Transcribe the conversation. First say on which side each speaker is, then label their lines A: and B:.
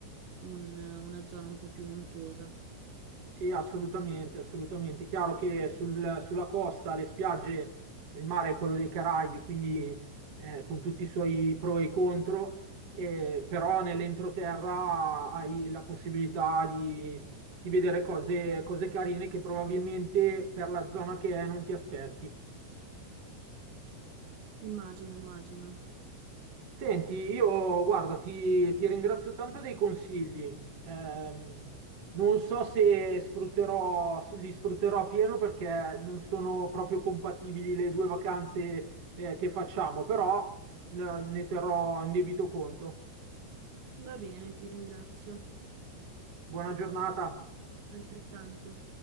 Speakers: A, on the right; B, on the right.
A: un- una zona un po' più montuosa.
B: Sì, assolutamente, assolutamente. Chiaro che sul- sulla costa, le spiagge, il mare è quello dei Caraibi, quindi eh, con tutti i suoi pro e i contro, eh, però nell'entroterra hai la possibilità di, di vedere cose, cose carine che probabilmente per la zona che è non ti aspetti.
A: Immagino, immagino.
B: Senti, io guarda, ti, ti ringrazio tanto dei consigli. Ehm, non so se sfrutterò, li sfrutterò a pieno perché non sono proprio compatibili le due vacanze, eh, che facciamo, però, eh, ne terrò in debito conto.
A: Va bene, ti ringrazio.
B: Buona giornata.
A: Altrettanto.